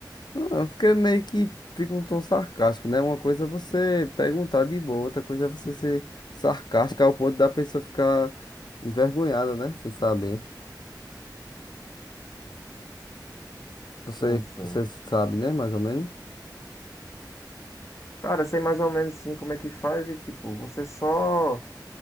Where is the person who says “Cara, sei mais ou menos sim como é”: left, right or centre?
Left